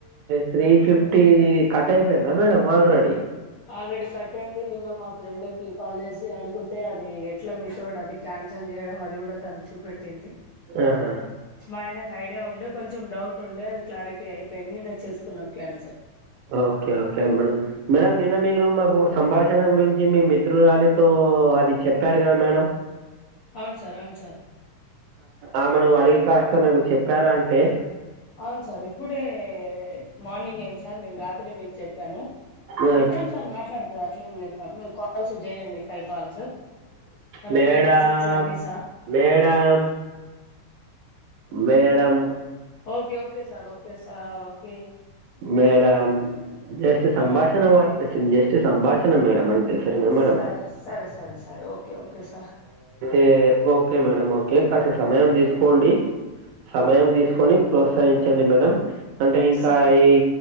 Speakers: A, on the right (about 80°); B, on the left (about 80°).
A: త్రీ ఫిఫ్టీది కట్ అయిపోయిందా మేడం ఆల్రెడీ
B: ఆల్రెడీ కట్ అయింది నిన్న మా ఫ్రెండ్ కి కాల్ చేసి అడిగితే అది ఎట్లా మీతోడ క్యాన్సల్ చేయడం అది కూడా తను చూపెట్టింది
A: ఆహా!
B: మా ఆయనకు ఐడియా ఉండే కొంచెం డౌట్ ఉండే అది క్లారిటీ అయిపోయింది నిన్న చేసుకున్నాం cancel
A: okay okay madam madam నిన్న మీరు మాకు సంభాషణ గురించి మీ మిత్రురాలితో అది చెప్పారు కదా మేడం
B: అవును సార్ అవును సార్
A: ఆమెను అడిగి కాస్త నాకు చెప్పారా అంటే
B: అవును సార్ ఇప్పుడే మార్నింగ్ అయింది సార్ నేను రాత్రి మీకు చెప్పాను
A: ఆహ్,
B: ఇస్తాం సార్ మాట్లాడుతుంది అట్లేం లేదు సార్ మీరు కాల్స్ చేయండి ఫైవ్ కాల్స్ తన
A: madam
B: పేరు వచ్చేసి Anisa
A: madam madam
B: okay okay sir okay sir okay
A: madam just సంభాషణ
B: ఆ
A: మా జస్ట్ సంభాషణ మేడం అంతే సరేనా మేడం?
B: సరే సరే సరే సరే ఓకే ఓకే స
A: ఏ ఓకే మేడం ఓకే కాస్త సమయం తీసుకోండి సమయం తీసుకొని ప్రోత్సహించండి మేడం అంటే ఇంకా
B: సరే
A: ఈ